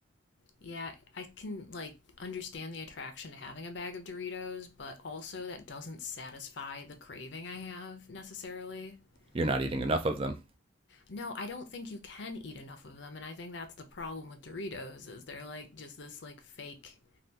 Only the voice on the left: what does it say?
Yeah, I can like understand the attraction to having a bag of Doritos, but also that doesn't satisfy the craving I have necessarily.
Like,
No, I don't think you can eat enough of them, and I think that's the problem with Doritos is they're like just this like fake